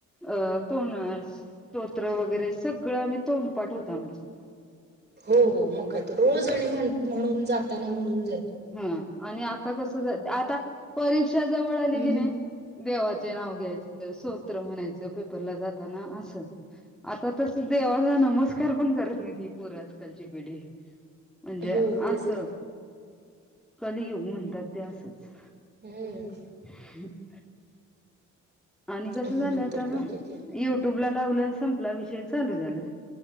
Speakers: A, in the centre; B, on the right.
A: अ तोंड स्तोत्र वगैरे सगळं आम्ही तोंडपाठ होतं आम्हाला
B: हो हो मगं काय तर रोज आणि म्हण म्हणून जाताना म्हणून जायचे
A: हम्म आणि आता कसं आता परीक्षा जवळ आली
B: हम्म,
A: की नाही देवाचे नाव घ्यायचं सोत्र म्हणायचं पे र जाताना अस आता तस देवाचा नमस्कार पण करत नाहीत ही पोरं आज कालची पिढी म्हणजे
B: हो तेच
A: अस
B: ना.
A: कलियुग म्हणतात ते असंच.
B: हम्म
A: <inaudible> आणि कसं
B: म्हणून
A: झालय आता
B: तर बाकी काय
A: युट्यूबला लावलं संपला विषय चालू झालं.